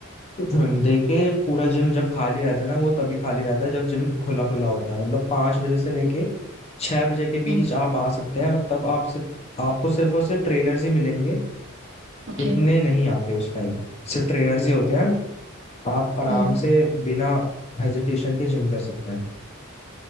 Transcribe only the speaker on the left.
<laughs> देखिए पूरा जिम जब खाली रहता है ना वो तभी खाली रहता है जब जिम खुला खुला होता है मतलब पाँच बजे से लेके छह बजे के बीच
आप आ सकते हैं तब आप सिर्फ आपको सिर्फ और सिर्फ ट्रेनर्स ही मिलेंगे
इतने नहीं आते उस टाइम सिर्फ ट्रेनर्स ही होते हैं आप आराम
से बिना हेजिटेशन के जिम कर सकते हैं